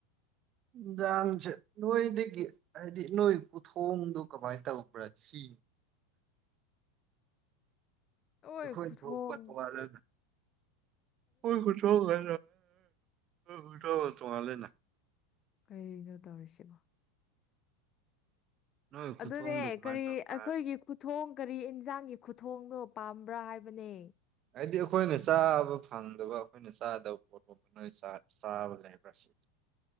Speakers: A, on the right (about 40°); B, on the left (about 35°).
A: ꯥꯏꯟꯁꯥꯡꯁꯦ ꯅꯣꯏꯗꯒꯤ ꯍꯥꯏꯗꯤ ꯅꯣꯏ ꯈꯨꯊꯣꯡꯗꯣ ꯀꯃꯥꯏ ꯇꯧꯕ꯭ꯔꯥ ꯁꯤ
B: ꯍꯣꯏ
A: ꯑꯩꯈꯣꯏ
B: ꯈꯨꯊꯣꯡ
A: ꯊꯣꯡꯕ ꯇꯣꯉꯜꯂꯦꯅ ꯑꯩꯈꯣꯏ ꯈꯨꯊꯣꯡꯒ <unintelligible> ꯈꯨꯊꯣꯡꯒ ꯇꯣꯉꯜꯂꯦꯅ
B: ꯀꯩꯅꯣ ꯇꯧꯔꯤꯁꯤꯕꯣ
A: ꯅꯣꯏ ꯈꯨꯊꯣꯡꯗꯣ
B: ꯑꯗꯨꯅꯦ
A: ꯀꯃꯥꯏꯅ
B: ꯀꯔꯤ
A: ꯇꯧꯕ꯭ꯔꯥ
B: ꯑꯩꯈꯣꯏꯒꯤ
A: ꯍꯥꯏꯕ
B: ꯈꯨꯊꯣꯡ ꯀꯔꯤ ꯏꯟꯖꯥꯡꯒꯤ ꯈꯨꯊꯣꯡꯅꯣ ꯄꯥꯝꯕ꯭ꯔꯥ ꯍꯥꯏꯕꯅꯦ
A: ꯍꯥꯏꯗꯤ ꯑꯩꯈꯣꯏꯅ ꯆꯥꯕ ꯐꯪꯗꯕ ꯑꯩꯈꯣꯏꯅ ꯆꯥꯗꯕ ꯄꯣꯠ <unintelligible> ꯅꯣꯏ ꯆꯥ ꯆꯥꯕ ꯂꯩ ꯂꯩꯕ꯭ꯔꯥ ꯁꯤꯅꯤ